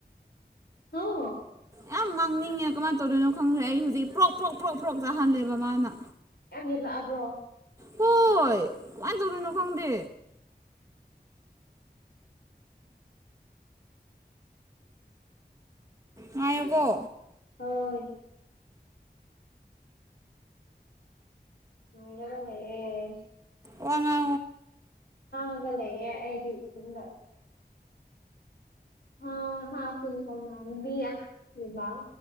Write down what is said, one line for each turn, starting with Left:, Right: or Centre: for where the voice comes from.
Left: ꯍꯧ
Right: ꯌꯥꯝ ꯉꯥꯡꯅꯤꯡꯉꯦ ꯀꯃꯥꯏꯅ ꯇꯧꯗꯣꯏꯅꯣ ꯈꯪꯗ꯭ꯔꯦ ꯑꯩ ꯍꯧꯖꯤꯛ ꯄ꯭ꯔꯣꯛ ꯄ꯭ꯔꯣꯛ ꯄ꯭ꯔꯣꯛ ꯄ꯭ꯔꯣꯛ ꯆꯥꯛꯍꯜꯂꯦꯕ ꯃꯥꯅ
Left: ꯌꯥꯝ ꯌꯦꯠꯂꯛꯑꯕ꯭ꯔꯣ
Right: ꯍꯣꯏ ꯀꯃꯥꯏꯅ ꯇꯧꯗꯣꯏꯅꯣ ꯈꯪꯗꯦ ꯉꯥꯢꯑꯣꯀꯣ
Left: ꯍꯣꯏ ꯥꯉꯥꯏꯔꯒ ꯂꯩꯌꯦ
Right: ꯋꯥꯉ
Left: ꯑꯒꯂ ꯍꯥꯏꯗꯤ ꯆꯒ ꯍ ꯍꯥ ꯄꯨꯨꯟ ꯀꯧꯅꯕꯤꯌꯥ ꯂꯩꯕꯨꯡ